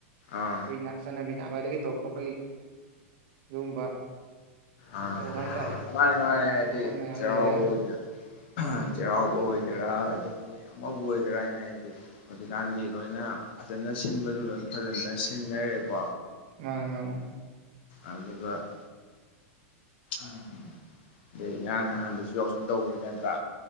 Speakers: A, on the left; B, on the right.
A: ꯑꯥ
B: ꯀꯨꯏꯅꯥ ꯆꯠꯅꯕꯤꯅꯥ ꯑꯥ ꯈꯋꯥꯏꯗꯒꯤ ꯇꯧꯔꯛꯄ ꯑꯩꯈꯣꯏꯒꯤ ꯑꯗꯨꯒꯨꯝꯕ
A: ꯑ
B: ꯑꯆꯧꯕ ꯍꯥꯏꯇꯥꯔꯦ
A: ꯑꯗꯥꯏ ꯍꯥꯏꯔꯥꯗꯤ
B: ꯑꯗꯨꯒꯨꯝꯕ ꯃꯌꯥꯝ
A: ꯆꯩꯔꯥꯎꯕꯥ
B: ꯂꯩꯔꯦ
A: ꯑꯣꯏꯗꯣꯏꯔꯣ ꯍꯥ
B: ꯎꯝ
A: ꯆꯩꯔꯥꯎꯕꯥ ꯑꯣꯏ ꯇꯦꯔ꯭ꯗꯒꯤ ꯑꯃꯕꯨ ꯑꯣꯏꯒꯦꯔꯥ ꯍꯥꯏꯅ ꯍꯥꯏꯁꯦ ꯍꯧꯖꯤꯛꯀꯥꯟꯗꯤ ꯂꯣꯏꯅ ꯐꯖꯅ ꯁꯤꯟꯕꯁꯨ ꯂꯣꯏ ꯐꯖꯅ ꯁꯤꯟꯅꯔꯦꯀꯣ
B: ꯃꯥꯅꯤ ꯃꯥꯅꯤ
A: ꯑꯗꯨ <inaudible> ꯎꯝ ꯑꯗꯩ ꯉꯔꯥꯡ ꯅꯍꯥꯟꯗꯁꯨ ꯌꯥꯎꯁꯟ ꯇꯧꯔꯤ ꯅꯠꯇ꯭ꯔꯥ